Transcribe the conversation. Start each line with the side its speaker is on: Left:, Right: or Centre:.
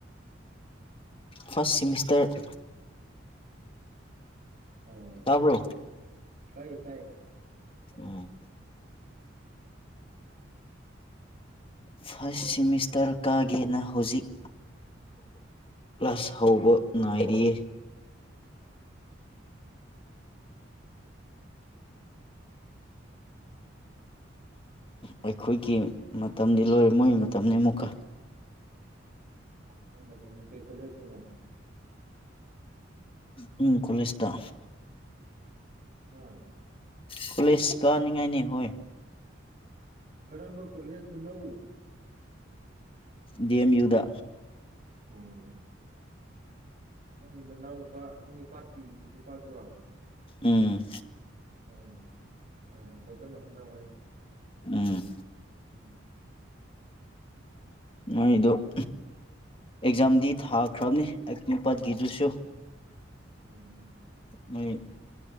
Left: ꯐꯥꯔꯁ ꯁꯤꯃꯤꯁꯇꯔ
Right: ꯑꯣ
Left: ꯇꯥꯕ꯭ꯔꯣ
Right: ꯇꯥꯏꯌꯦ ꯇꯥꯏꯌꯦ
Left: ꯎꯝ ꯐꯥꯔꯁ ꯁꯤꯃꯤꯁꯇꯔ ꯀꯥꯒꯦꯅ ꯍꯧꯖꯤꯛ ꯀꯂ꯭ꯥꯁ ꯍꯧꯕ ꯉꯥꯏꯔꯤꯌꯦ ꯑꯩꯈꯣꯏꯒꯤ ꯃꯇꯝꯗꯤ ꯂꯣꯏꯔꯦ ꯃꯣꯏꯒꯤ ꯃꯇꯝꯅꯤ ꯑꯃꯨꯛꯀ
Right: <unintelligible> ꯀꯩ ꯀꯣꯂꯦꯖ ꯇꯥꯅꯣ
Left: ꯎꯝ ꯀꯣꯂꯦꯖꯇ
Right: <unintelligible>
Left: ꯄꯨꯂꯤꯁ ꯀꯅꯤꯡꯉꯥꯏꯅꯤ ꯍꯣꯏ
Right: ꯀꯔꯝꯕ ꯀꯣꯂꯦꯁ ꯇꯅꯣ
Left: ꯗꯤ ꯑꯦꯝ ꯌꯨꯗ
Right: ꯑꯣꯝ ꯅꯪꯒꯤ ꯅꯅꯥꯎ ꯅꯨꯄꯥ ꯅꯤꯄꯥꯠꯀꯤ ꯅꯨꯄꯥꯗꯨꯔꯣ
Left: ꯎꯥꯝ
Right: ꯎꯝ ꯍꯣꯏ ꯍꯣꯏ ꯐꯖꯅ ꯍꯣꯠꯅꯧ ꯍꯥꯏꯌꯣ
Left: ꯎꯝ
Right: ꯎꯝ
Left: ꯃꯣꯏꯗꯣ <unintelligible> ꯑꯦꯛꯖꯥꯝꯗꯤ ꯊꯥꯈ꯭ꯔꯕꯅꯤ ꯑꯦꯛꯃꯤꯄꯥꯠꯒꯤꯗ꯭ꯔꯁꯨ
Right: ꯎꯝ
Left: ꯅꯣꯢ